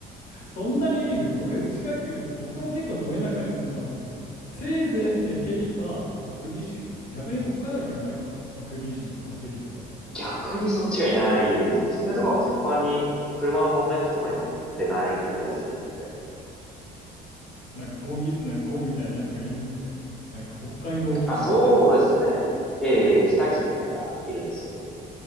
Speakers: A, on the left; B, in the centre.
A: そんなに見る僕、近く、僕も結構ど田舎に住んでますけど、せいぜい見てヘビかハクビシン。
B: ね。
A: 逆に北海道にはいないか。ハクビシンとかヘビとかって。
B: 逆にそっちがいないですね。キツネとかは頻繁に車のボンネットとかに乗って鳴いてたりするんで。
A: なんかゴンギツネのゴンみたいなやつがいるんですね。なんか北海道キツネみたいな。
B: まあそうですね。えー、キタキツネがいるんですけど。